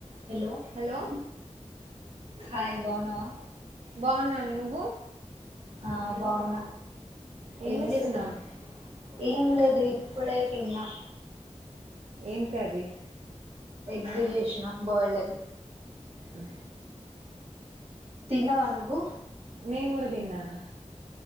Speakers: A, on the right (about 50°); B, on the right (about 65°).
A: Hello
B: hello
A: hi బాగున్నావా
B: బాగున్నాను నువ్వు
A: ఆ బాగున్నా
B: ఎం
A: ఏం
B: జేస్తున్నావ్
A: చేస్తున్నావ్ ఏం లేదు ఇప్పుడే తిన్నా
B: ఏం కర్రీ
A: ఎగ్ చేషిన బయిల్డ్ ఎగ్
B: అ
A: తిన్నవా నువ్వు
B: నేను కూడా తిన్నాను